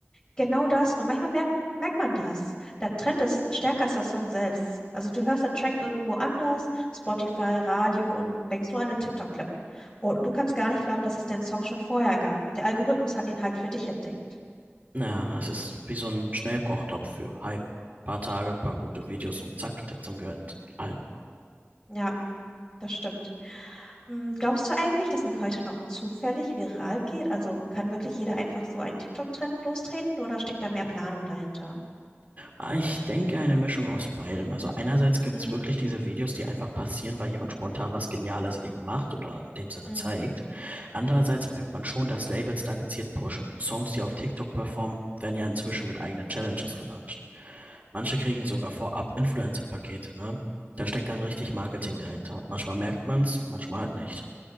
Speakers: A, on the left; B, on the right.
A: Genau das. Und manchmal merkt, merkt man das. Der Trend ist stärker als der Song selbst. Also du hörst den Track irgendwo anders, Spotify, Radio und denkst nur an den TikTok-Clip. Und du kannst gar nicht glauben, dass es den Song schon vorher gab. Der Algorithmus hat ihn halt für dich entdeckt.
B: Naja, es ist wie so ein Schnellkochtopf für Hype. Paar Tage, paar gute Videos und zack, der Song gehört allen.
A: Ja, das stimmt. Mm, Glaubst du eigentlich, dass man heute noch zufällig viral geht? Also kann wirklich jeder einfach so einen TikTok-Trend lostreten oder steckt da mehr Planung dahinter?
B: Ah, Ich denke, eine Mischung aus beidem. Also einerseits gibt
A: Mm,
B: es wirklich diese Videos, die einfach passieren, weil jemand spontan was Geniales eben macht oder in dem Sinne
A: mm.
B: zeigt. Andererseits merkt man schon, dass Labels da gezielt pushen. Songs, die auf TikTok performen, werden ja inzwischen mit eigenen Challenges gelauncht. Manche kriegen sogar vorab Influencer-Pakete, ne? Da steckt dann richtig Marketing dahinter und manchmal merkt man's, manchmal halt nicht.